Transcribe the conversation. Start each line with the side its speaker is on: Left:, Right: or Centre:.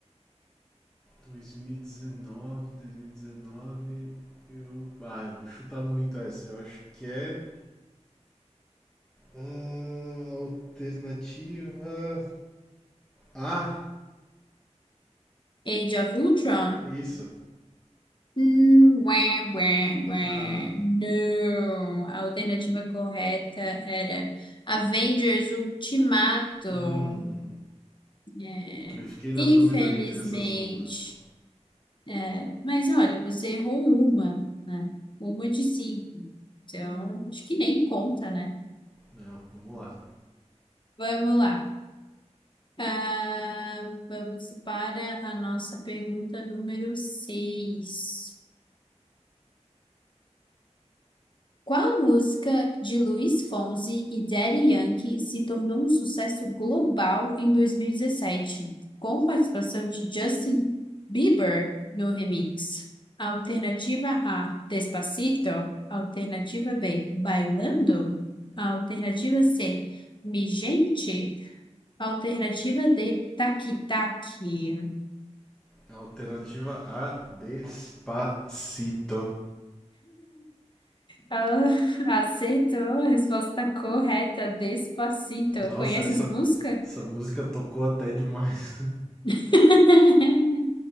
Centre: dois mil e dezenove, dois mil e 2019. 2019, 2019. Eu. Ah, eu vou chutar muito essa. Eu acho que é. Ah, alternativa. A,
Left: Age of Ultron.
Centre: isso.
Left: Hum, ué, ué, ué.
Centre: Ah,
Left: Não. A alternativa correta era Avengers Ultimato.
Centre: hum,
Left: É,
Centre: eu fiquei na
Left: infelizmente.
Centre: dúvida entre essas duas.
Left: É, mas olha, você errou uma, né? Uma de cinco. Então, acho que nem conta, né?
Centre: Não, vamos lá.
Left: Vamos lá. Ah, vamos para a nossa pergunta número seis. Qual música de Luiz Fonsi e Daddy Yankee se tornou um sucesso global em 2017, com participação de Justin Bieber no remix? Alternativa A, Despacito. Alternativa B, Bailando. Alternativa C, Mi Gente. Alternativa D, Taqui Taqui.
Centre: Alternativa A, Despacito.
Left: Ah, <laughs> acertou a resposta correta, Despacito.
Centre: Nossa,
Left: Conhece
Centre: essa,
Left: essa música?
Centre: essa música tocou até demais.
Left: <laughs>